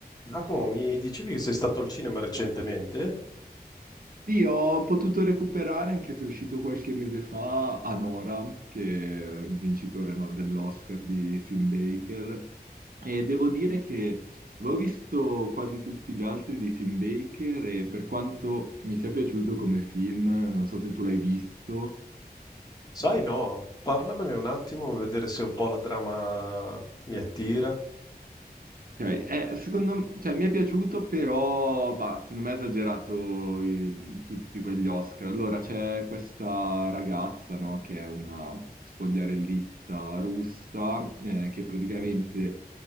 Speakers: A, on the left; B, on the right.
A: Giacomo, mi dicevi che sei stato al cinema recentemente?
B: Sì, ho potuto recuperare anche se è uscito qualche mese fa Anora, che è il vincitore no, dell'Oscar di Sim Baker. E devo dire che avevo visto quasi tutti gli altri di Sim Baker e per quanto mi sia piaciuto come film, non so se tu l'hai visto.
A: Sai
B: eh,
A: no, parlamene un attimo, vedere se un po' la trama mi attira.
B: Cioè, eh, secondo m- cioè, mi è piaciuto, però bah, secondo me ha esagerato i- tutti quegli Oscar. Allora, c'è questa ragazza, no, che è una spogliarellista russa, eh, che praticamente
A: Mhm.